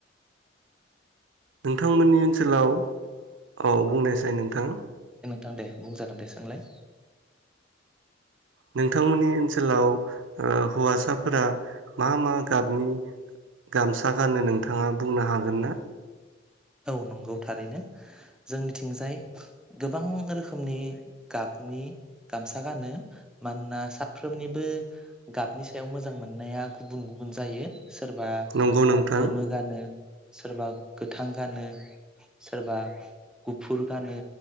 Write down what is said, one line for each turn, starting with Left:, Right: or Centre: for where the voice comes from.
Right: नोंथांमोननि ओनसोलाव औ बुंनायसै नोंथां
Centre: थां दे बुंजागोन दे सोंलाय
Right: नोंथांमोननि ओनसोलाव ओ हौवासाफोरा मा मा गाबनि गामसा गानो नोंथांङा बुंनो हागोन ना?
Centre: औ नंगौ थारैनो जोंनिथिंजाय गोबां रोखोमनि गाबनि गामसा गानो मानोना साफ्रोमनिबो गाबनि सायाव मोजां मोननाया गुबुन गुबुन जायो। सोरबा
Right: नंगौ नोंथां
Centre: गोमो गानो। सोरबा गोथां गोथां गानो सोरबा गुफुर गानो